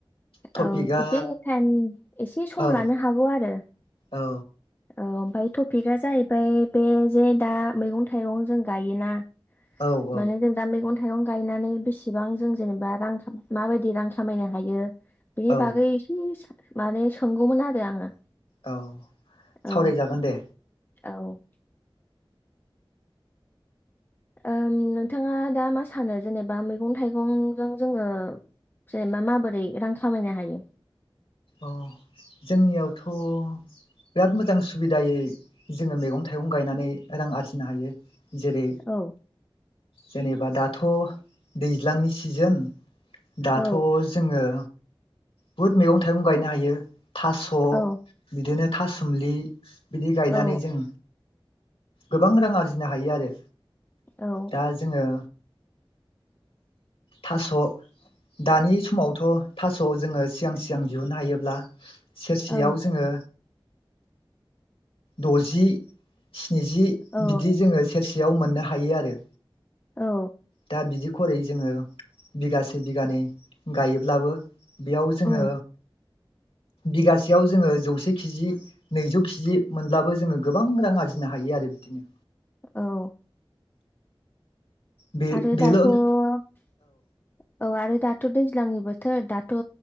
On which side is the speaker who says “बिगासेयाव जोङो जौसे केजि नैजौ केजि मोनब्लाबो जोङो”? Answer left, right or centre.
Left